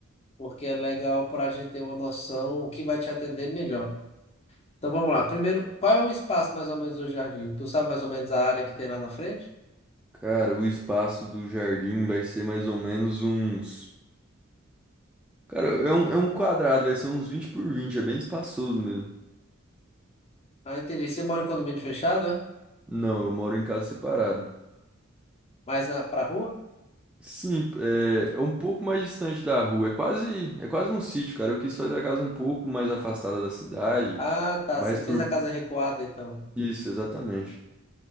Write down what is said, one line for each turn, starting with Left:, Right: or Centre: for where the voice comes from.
Left: porque é legal para a gente ter uma noção o que vai te atender melhor. Então vamos lá. Primeiro, qual é o espaço mais ou menos do jardim? Tu sabe mais ou menos a área que tem lá na frente?
Centre: Cara, o espaço do jardim vai ser mais ou menos uns Cara, é um, é um quadrado, vai ser uns vinte por vinte é bem espaçoso mesmo.
Left: Ah, entendi. Você mora em condomínio fechado, é?
Centre: Não, eu moro em casa separada
Left: Mais na, pra rua?
Centre: Sim, é, é um pouco mais distante da rua, é quase, é quase um sítio, cara. Eu quis fazer a casa um pouco mais afastada da cidade,
Left: Ah, tá.
Centre: mas
Left: Você
Centre: por
Left: fez a casa recuada, então.
Centre: isso, exatamente.